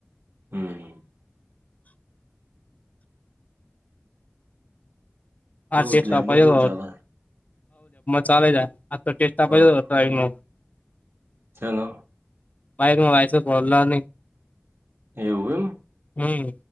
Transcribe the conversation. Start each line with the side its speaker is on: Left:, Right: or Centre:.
Right: હમ્મ
Left: આ
Right: એવું
Left: ટેસ્ટ
Right: લેબમાં
Left: આપ્યોપ
Right: જેવું ચાલે
Left: ચાલે જ આ તો ટેસ્ટ આપ્ર
Right: હા
Left: નો
Right: ચાલો
Left: માઈમાંગસ ભોલા નહી
Right: એવું એમ
Left: હમ